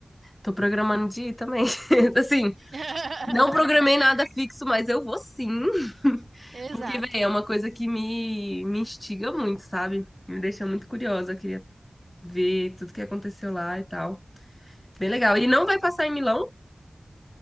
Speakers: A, on the left; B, on the right.
A: Tô programando de ir também. <laughs> Assim,
B: <laughs>
A: Não programei nada fixo, mas eu vou sim. <laughs>
B: Exato.
A: Porque, velho, é uma coisa que me, me instiga muito, sabe? Me deixa muito curiosa. Eu queria ver tudo que aconteceu lá e tal. Bem
B: Uhum.
A: legal. E não vai passar em Milão?